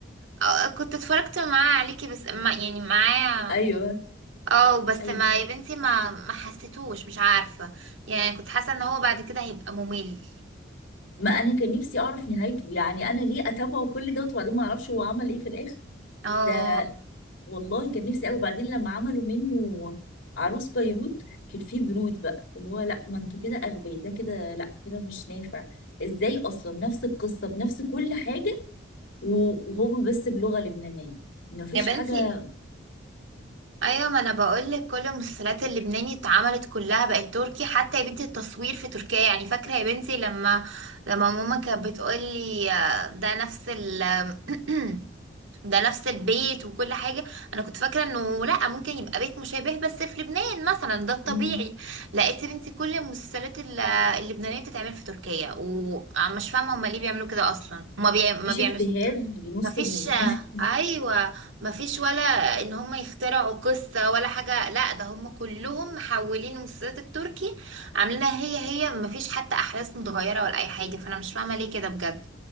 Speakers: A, on the right; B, on the left.
A: اه كنت اتفرجت معاه عليكي بس ما يعني معاه
B: ايوه
A: اه بس
B: ايوه
A: ما يا بنتي ما ما حسيتوش مش عارفة يعني كنت حاسة ان هو بعد كده هيبقى ممل
B: ما انا كان نفسي اعرف نهايته يعني انا ليه اتابعه كل دوت وبعدين ما اعرفش هو عمل ايه في الاخر
A: اه
B: ده والله كان نفسي قوي وبعدين لما عملوا منه عروس بيروت كان فيه برود بقى اللي هو لا ما انتوا كده اغبياء ده كده لا كده مش نافع ازاي اصلا نفس القصه بنفس كل حاجه و- وهم بس بلغه لبنانيه ما فيش
A: يا بنتي
B: حاجه
A: ايوه ما انا بقولك كل المسلسلات اللبناني اتعملت كلها بقت تركي حتى يا بنتي التصوير في تركيا يعني فاكره يا بنتي لما لما ماما كانت بتقولي آه، ده نفس ال <clears throat> ده نفس البيت وكل حاجة أنا كنت فاكرة إنه لأ ممكن يبقى بيت مشابه بس في لبنان مثلا ده الطبيعي
B: مم.
A: لقيت يا بنتي كل المسلسلات ال- اللبنانية بتتعمل في تركيا ومش فاهمة هما ليه بيعملوا كده أصلا هما بيع... ما
B: مفيش
A: بيعملوا
B: اجتهاد بنص
A: ما فيش
B: جنيه <laughs>
A: أيوة ما فيش ولا إن هما يخترعوا قصة ولا حاجة لأ ده هما كلهم محولين المسلسلات التركي عاملينها هي هي ما فيش حتى أحداث متغيرة ولا أي حاجة فأنا مش فاهمة ليه كده بجد